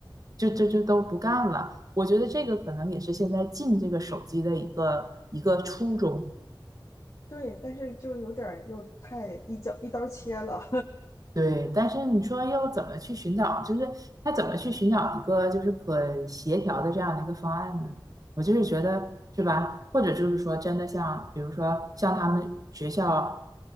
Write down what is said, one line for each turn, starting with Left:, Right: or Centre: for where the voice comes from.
Right: 就就就都不干了。我觉得这个可能也是现在禁这个手机的一个一个初衷。
Left: 对，但是就有点又太一脚一刀切了。
Right: 对，但是你说要怎么去寻找，就是他怎么去寻找一个就是可协调的这样的一个方案呢？我就是觉得是吧？或者就是说真的像，比如说像他们学校